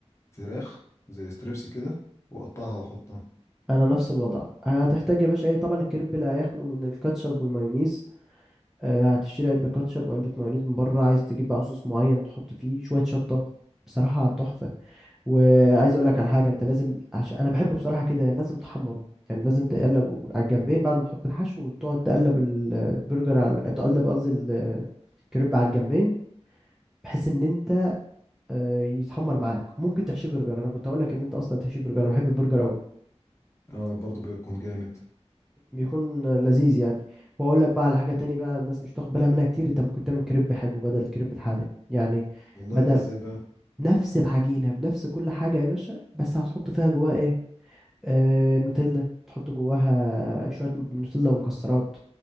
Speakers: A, on the left; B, in the centre.
A: فراخ زي ستريبس كده واقطعها واحطها
B: أنا نفس الوضع هتحتاج يا باشا إيه طبعا الكريب لا يخلو من الكاتشب والمايونيز آه، هتشتري علبة كاتشب وعلبة مايونيز من بره عايز تجيب بقى صوص معين تحط فيه شوية شطة بصراحة تحفة وعايز اقول لك على حاجه انت لازم عشان انا بحبه بصراحه كده يعني لازم تحمره يعني لازم تقلب على الجنبين بعد ما تحط الحشو وتقعد تقلب البرجر على تقلب قصدي الكريب على الجنبين بحيث ان انت آه، يتحمر معاك ممكن تحشيه برجر انا كنت هقول لك ان انت اصلا تحشيه برجر انا بحب البرجر قوي
A: اه برضو بيكون جامد
B: بيكون لذيذ يعني واقول لك بقى على حاجه تاني بقى الناس مش بتاخد بالها منها كتير انت ممكن تعمل كريب حلو بدل الكريب الحادق يعني
A: والله
B: بدل
A: ده ازاي بقى
B: نفس العجينه بنفس كل حاجه يا باشا بس هتحط فيها جواها ايه آه، نوتيلا تحط جواها شوية نوتيلا ومكسرات